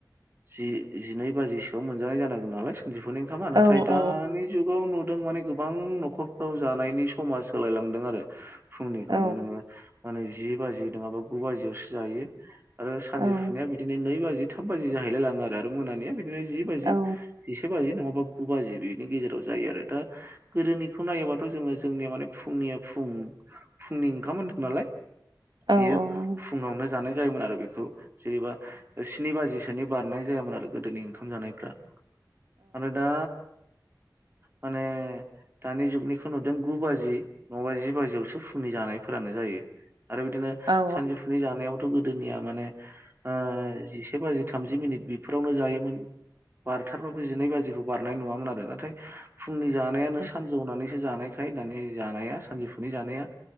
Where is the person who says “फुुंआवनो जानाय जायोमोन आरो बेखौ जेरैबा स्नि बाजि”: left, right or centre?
Right